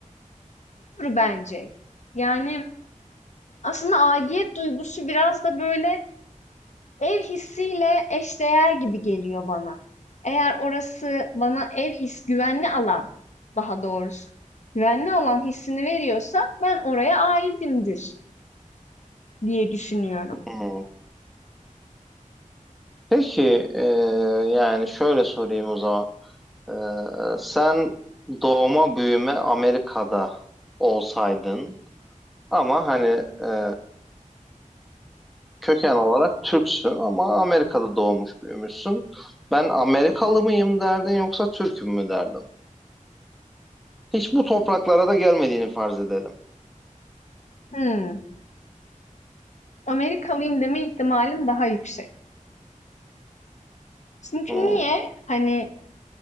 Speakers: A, on the left; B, in the centre.
A: olur bence. Yani aslında aidiyet duygusu biraz da böyle ev hissiyle eşdeğer gibi geliyor bana. Eğer orası bana ev his, güvenli alan daha doğrusu, güvenli alan hissini veriyorsa ben oraya aitimdir diye düşünüyorum.
B: Hmm. Peki e, yani şöyle sorayım o zaman. Ee, sen doğma büyüme Amerika'da olsaydın ama hani e, köken olarak Türksün ama Amerika'da doğmuş büyümüşsün. Ben Amerikalı mıyım derdin yoksa Türk'üm mü derdin? Hiç bu topraklara da gelmediğini farz edelim.
A: Hmm, Amerikalıyım deme ihtimalim daha yüksek. Çünkü
B: Hmm,
A: niye? Hani